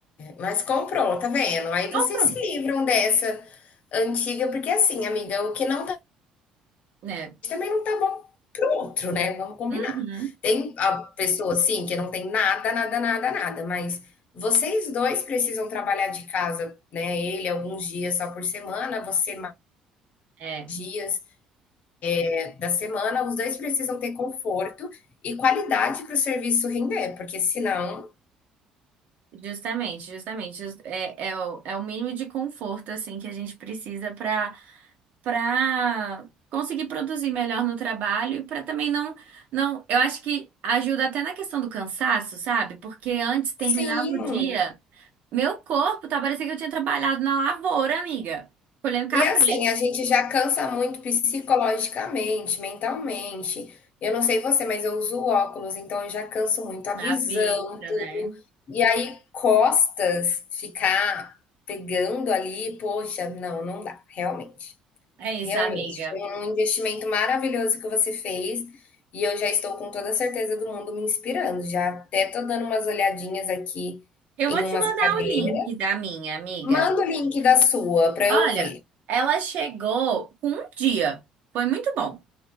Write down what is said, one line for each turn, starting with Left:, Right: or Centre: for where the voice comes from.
Left: Mas comprou, tá vendo? Aí
Right: Compro,
Left: vocês se livram dessa antiga, porque assim, amiga, o que não tá
Right: né?
Left: também não tá bom pro outro, né? Vamos combinar.
Right: Uhum.
Left: Tem a pessoa assim que não tem nada, nada, nada, nada, mas vocês dois precisam trabalhar de casa, né? Ele alguns dias só por semana, você mais
Right: É,
Left: dias eh, da semana, os dois precisam ter conforto e qualidade para o serviço render, porque senão,
Right: justamente, justamente. Jus- É, é, o, é o mínimo de conforto assim que a gente precisa para para conseguir produzir melhor no trabalho e para também não, não, eu acho que ajuda até na questão do cansaço, sabe? Porque antes terminava
Left: sim,
Right: o dia, meu corpo tá parecendo que eu tinha trabalhado na lavoura, amiga, colhendo café
Left: E assim, a gente já cansa muito psicologicamente, mentalmente. Eu não sei você, mas eu uso óculos, então eu já canso muito a
Right: na
Left: visão,
Right: vista,
Left: tudo.
Right: né?
Left: E aí, costas, ficar pegando ali, poxa, não, não dá, realmente.
Right: É isso,
Left: Realmente,
Right: amiga.
Left: foi um investimento maravilhoso que você fez e eu já estou com toda a certeza do mundo me inspirando. Já até tô dando umas olhadinhas aqui
Right: Eu
Left: em
Right: vou te
Left: umas
Right: mandar
Left: cadeiras.
Right: o link da minha amiga.
Left: Manda o link da sua para
Right: Olha,
Left: eu ver.
Right: ela chegou com um dia. Foi muito bom.